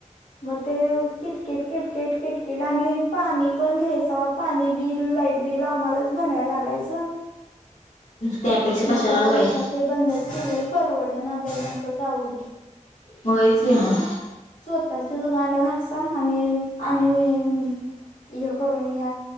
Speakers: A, on the left; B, on the left.
A: मग ते किटकिट किटकिट किटकिट आणि पाणी पण घ्यायचं. पाणी बिल लाईट बिल आम्हालाच भरायला लागायचं.
B: त्यापेक्षा
A: मग
B: कशाला
A: त्यापेक्षा
B: ग बाई
A: ते बंदच केलेल परवड ना बाई जाऊ दे.
B: होयची म.
A: स्वतःची ज गांड घसा आणि आणि हे करून घ्या.